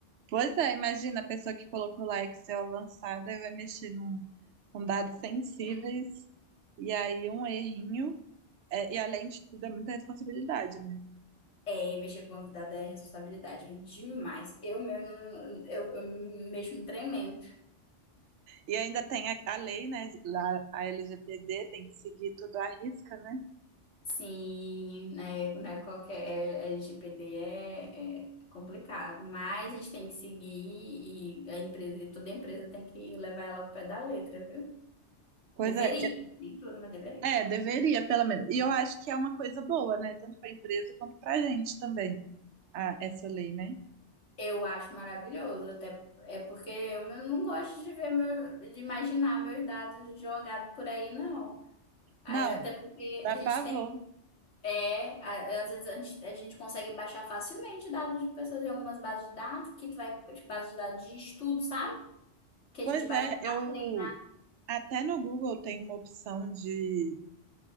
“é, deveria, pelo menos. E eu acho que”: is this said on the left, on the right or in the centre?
Right